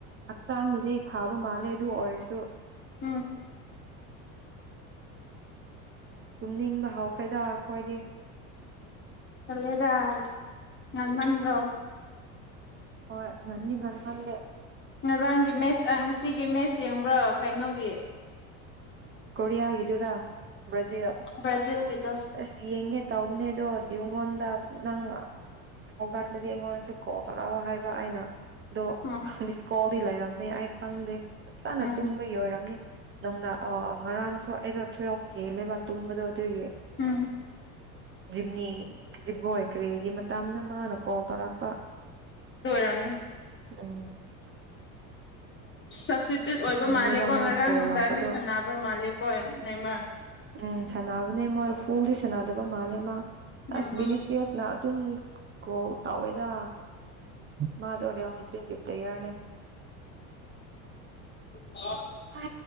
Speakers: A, on the right (about 30°); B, on the left (about 30°).
A: ꯍꯛꯆꯥꯡꯒꯤꯗꯤ ꯐꯥꯕ ꯃꯥꯜꯂꯦ ꯑꯗꯨ ꯑꯣꯏꯔꯁꯨ
B: ꯎꯝ
A: ꯀꯨꯝꯅꯤꯡ ꯃꯍ ꯍꯥꯎꯈ꯭ꯔꯦꯗ ꯍꯣꯏꯗꯤ
B: ꯆꯂꯦꯗ ꯉꯟꯃꯟ꯭ꯔꯣ
A: ꯍꯣꯏ ꯉꯅꯤ ꯉꯟ ꯐꯜꯂꯦ
B: ꯉꯔꯥꯡꯒꯤ ꯃꯦꯠꯆ ꯉꯁꯤꯒꯤ ꯃꯦꯠꯆ ꯌꯦꯡꯕ꯭ꯔꯣ ꯀꯩꯅꯣꯒꯤ
A: ꯀꯣꯔꯤꯌꯥꯒꯗꯨꯔꯥ ꯭ꯔꯖꯤꯜ
B: ꯕ꯭ꯔꯥꯖꯤꯜꯒꯤꯗꯣ
A: ꯑꯁ ꯌꯦꯒꯦ ꯇꯥꯎꯅꯦ ꯑꯗꯨꯣ ꯗꯗꯤꯒꯣꯟꯟ ꯅꯪ ꯍꯧꯒꯠꯂꯗꯤ ꯑꯩꯉꯣꯟꯗꯁꯨ ꯀꯧ ꯇꯔꯛꯑꯣ ꯍꯥꯏꯕ ꯑꯩꯅ ꯑꯗꯣ
B: ꯎꯝ
A: ꯃꯤꯁ ꯀꯣꯜꯗꯤ ꯂꯩꯔꯝꯃꯦ ꯑꯩ ꯈꯪꯗꯦ ꯐ ꯆꯥꯅ
B: ꯎꯝ
A: ꯇꯨꯝꯕꯒꯤ ꯑꯣꯏꯔꯝꯅꯤ ꯅꯅꯨꯡꯗ ꯉꯔꯥꯡꯁꯨ ꯑꯩꯗꯣ ꯊꯊꯣꯏꯎ ꯍꯦꯜꯂꯦꯕ ꯇꯨꯝꯕꯗꯣ ꯑꯗꯨꯏꯒꯤ
B: ꯎꯝ
A: ꯖꯤꯞꯅꯤ ꯖꯤꯞꯒꯣꯏ ꯀ꯭ꯔꯦꯒꯤ ꯃꯇꯝꯅ ꯃꯥꯅ ꯀꯣꯜ ꯇꯧꯔꯛꯄ
B: ꯇꯔꯝꯅꯤ
A: ꯑꯝ
B: ꯁꯞꯁꯇꯤꯇ꯭ꯌꯨꯠ
A: ꯑꯗꯨꯒꯤ
B: ꯑꯣꯏꯕ
A: ꯈꯪꯗꯦꯕ
B: ꯃꯥꯜꯂꯦꯀꯣ
A: ꯃꯥꯒꯤ
B: ꯉꯔꯥꯡ
A: ꯀꯣꯜ
B: ꯅꯨꯡꯗꯥꯡꯗꯤ
A: ꯂꯥꯛꯄꯗꯣ
B: ꯁꯥꯟꯅꯕ ꯃꯥꯜꯂꯦꯀꯣ ꯅꯃꯔ
A: ꯎꯝ ꯁꯥꯟꯅꯕꯅꯦ ꯃꯣꯏ ꯐꯨꯗꯤ ꯁꯥꯟꯅꯗꯕ ꯃꯥꯜꯂꯦ ꯃꯥ
B: ꯎꯝ
A: ꯑꯁ ꯕꯤꯅꯤꯁꯤꯌꯁꯅ ꯑꯗꯨꯝ ꯀꯣ ꯇꯧꯋꯦꯗ ꯃꯥꯗꯣ ꯔꯦꯣꯃꯤꯗ꯭ꯔꯤꯒꯤ ꯄ꯭ꯂꯦꯌꯔꯅꯦ
B: ꯑ
A: ꯍ